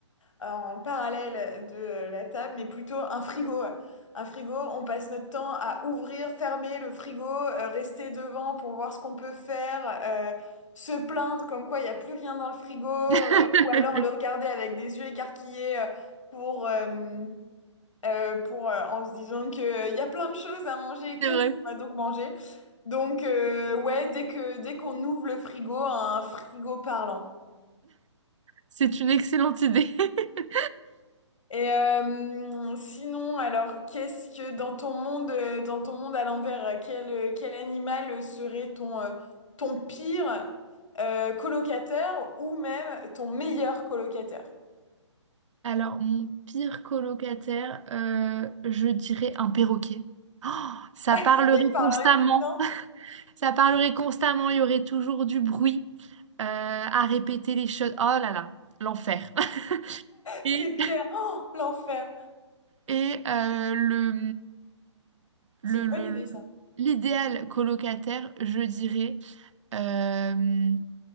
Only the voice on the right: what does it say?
<laughs>
C'est vrai.
C'est une excellente idée. <laughs>
Alors, mon pire colocataire, euh, je dirais un perroquet. Oh, ça
parlerait
constamment.
<laughs> Ça parlerait constamment. Il y aurait toujours du bruit euh, à répéter les choses. Oh là là, l'enfer. <laughs> Et,
et, euh, le, le,
le-
l'idéal colocataire, je dirais. euh,